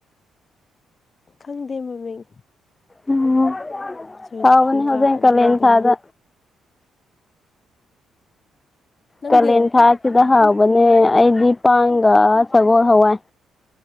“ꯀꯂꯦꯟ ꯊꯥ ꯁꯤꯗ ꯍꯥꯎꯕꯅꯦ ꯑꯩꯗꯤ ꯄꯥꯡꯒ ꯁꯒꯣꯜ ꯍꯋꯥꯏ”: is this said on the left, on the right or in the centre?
Left